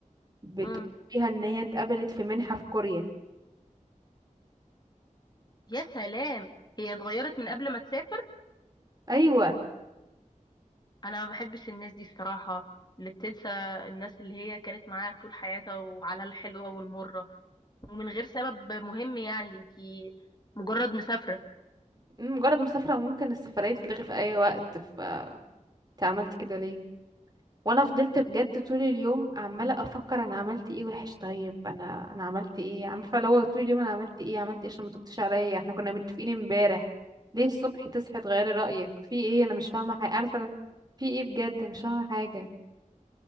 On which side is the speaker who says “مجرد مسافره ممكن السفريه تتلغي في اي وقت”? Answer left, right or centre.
Right